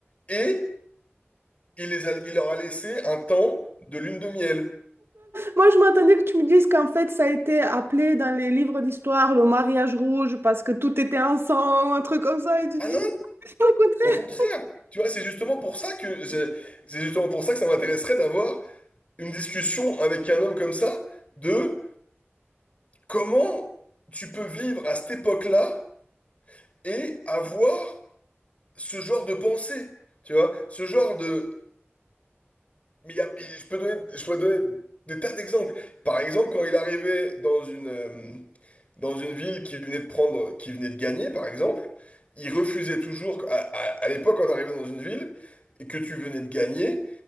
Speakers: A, on the left; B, on the right.
A: et il les a- il leur a laissé un temps de lune de miel.
B: Moi, je m'attendais que tu me dises qu'en fait, ça a été appelé dans les livres d'histoire le mariage rouge parce que tout était ensemble, un truc comme ça. Et tu
A: Ah
B: dis, <laughs> au contraire.
A: Au contraire, tu vois, c'est justement pour ça que j'ai- c'est justement pour ça que ça m'intéresserait d'avoir une discussion avec un homme comme ça de comment tu peux vivre à cette époque-là et avoir ce genre de pensée, tu vois, ce genre de mais il y a- je peux donner je peux donner des tas d'exemples. Par exemple, quand il arrivait dans une euh, dans une ville qui venait de prendre qui venait de gagner, par exemple, il refusait toujours à, à à l'époque quand tu arrivais dans une ville et que tu venais de gagner